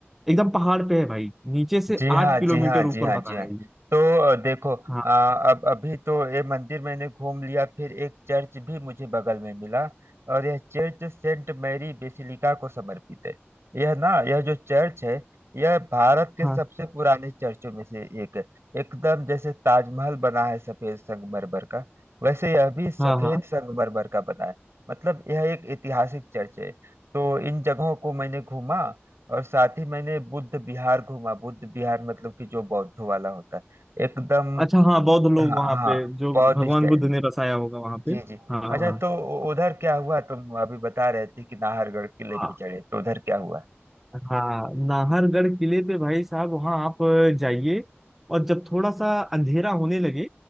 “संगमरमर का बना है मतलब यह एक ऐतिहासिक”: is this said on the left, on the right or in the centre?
Right